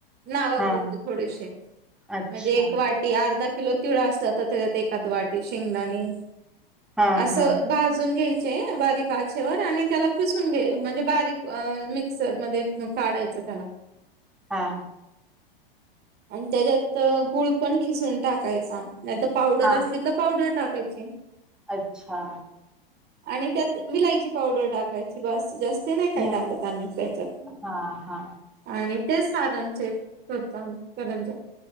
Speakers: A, on the right; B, in the centre.
A: नावापुरते
B: हा
A: थोडेशे,
B: अच्छा
A: म्हणजे एक वाट टी अर्धा किलो तिळ असला तर, त्याच्यात एखाद वाटी शेंगदाणे
B: हा
A: असं
B: हा
A: भाजून घ्यायचे, बारीक आचेवर आणि त्याला पिसून घे म्हणजे, बारीक अ मिक्सर मध्ये काढायचं त्याला.
B: हा.
A: आणि त्याज्यात अ गुळ पण खिसून टाकायचा. नाहीतर पावडर
B: हा
A: असली तर पावडर टाकायची.
B: अच्छा.
A: आणि त्यात विलायची पावडर टाकायची बास, जास त नाही काय
B: हम्म
A: टाकत आम्ही त्याच्यात.
B: हा हा
A: आणि तेच सारनचे करतो आम्ही करंज्या.